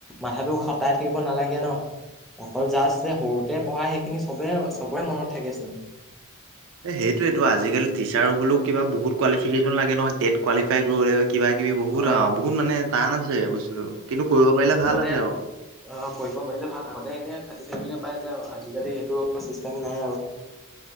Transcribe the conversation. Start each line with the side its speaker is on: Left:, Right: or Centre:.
Centre: মাথাতো খটাই থাকিব নালাগে ন অকল জাষ্ট যে সৰুতে পঢ়ায় সেইখিনি চবে চবৰে মনত থাকেচোন
Right: এ সেইটোয়েটো আজি কালি টিচাৰ হবলেও কিবা বহুত কোৱালিফিকেশ্যন লাগে নহয় টেট কোৱালিফাই কৰিব লাগে কিবা কিবি বহুত
Centre: অ
Right: আও বহুত মানে টান আছে বস্তুটো কিন্তু কৰিব পাৰিলে ভাল
Centre: আগতে
Right: আছে আও
Centre: অ কৰিব পাৰিলে ভাল আগতে এনে খাটি থাকিলে পাই যা আজিকালি সেইটো চিষ্টেম নাই আৰু